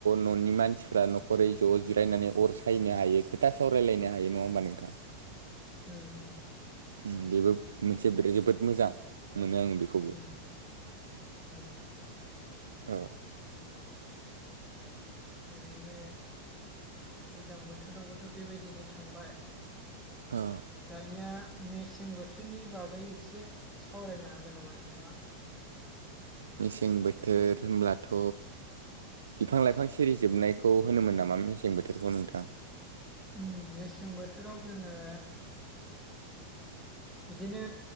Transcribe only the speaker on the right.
न'नि मानसिफ्रा न'खरै ज' जिरायनानै अर सायनो हायो। खोथा सावरायलायनो हायो नङा होमबा नोंथां।
उम बेबो मोनसे बिराद जोबोद मोजां मोनो आं बेखौ
औ
औ
मेसें बोथोर होनब्लाथ' बिफां लाइफां सिरि जोबनायखौ होनोमोन नामा मेसें बोथोरखौ नोंथां?